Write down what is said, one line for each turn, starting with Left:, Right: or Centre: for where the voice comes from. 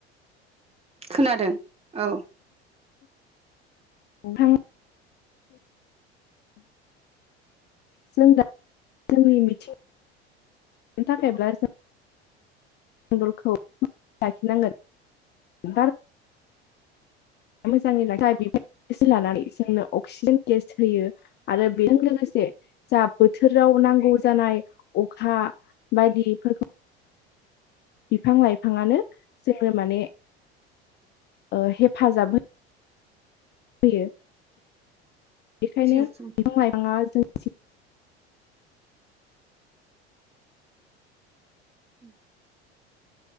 Right: खोनादों औ
Left: <unintelligible> जों दा <unintelligible> <unintelligible> मोजाङै <unintelligible> बेसो लानानै जोंनो अक्सिजेन गेस होयो। आरो बेजों लोगोसे जा बोथोराव नांगौ जानाय अखा बायदिफोरखौ बिफां लाइफाङानो जोंनो माने ओ हेफाजाब हो यो बेखायनो
Right: जिउ खुं
Left: बिफां लाइफाङा जों
Right: उ